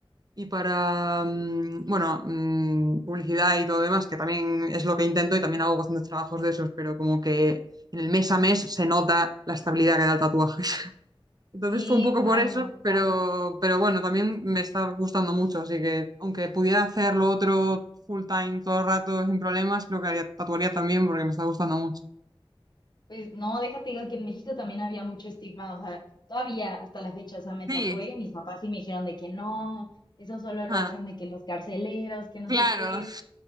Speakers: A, on the right; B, on the left.
A: y para, mm, bueno, mm, publicidad y todo lo demás, que también es lo que intento y también hago bastantes trabajos de esos, pero como que en el mes a mes se nota la estabilidad que da el tatuaje. <laughs> Entonces
B: Sí,
A: fue un poco
B: ay
A: por eso,
B: no.
A: pero, pero bueno, también me está gustando mucho, así que aunque pudiera hacer lo otro full time todo el rato sin problemas, creo que haría, tatuaría también porque me está gustando mucho.
B: Pues no, déjate digo que en México también había mucho estigma, o sea, todavía hasta la fecha, o sea, me
A: Sí,
B: tatué, mis papás sí me dijeron de que no, eso solo lo
A: ah,
B: hacen de que los carceleros, que no
A: claro,
B: sé qué.